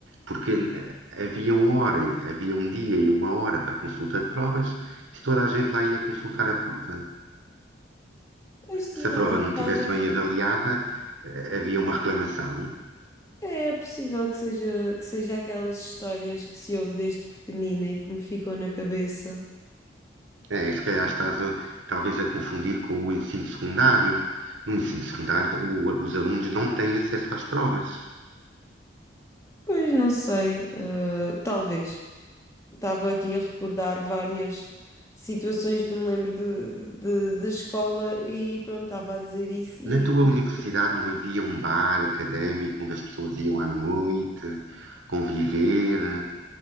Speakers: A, on the right; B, on the left.
A: porque eh, havia uma hora, havia um dia e uma hora para consulta de provas se toda a gente lá ia consultar a prova,
B: Pois sim,
A: se a prova
B: é,
A: não estivesse
B: talvez.
A: bem avaliada, eh, havia uma reclamação.
B: É possível que seja, que seja aquelas histórias que se ouve desde pequenina e que me ficam na cabeça.
A: É, e se calhar estás a- talvez a confundir com o ensino secundário. No ensino secundário, o- os alunos não têm acesso às provas.
B: Pois não sei, ah, talvez. Estava aqui a recordar várias situações que me lembro de, de, de escola e pronto, estava a dizer isso e
A: Na tua
B: a dizer
A: universidade não havia um bar académico onde as pessoas iam à noite conviver.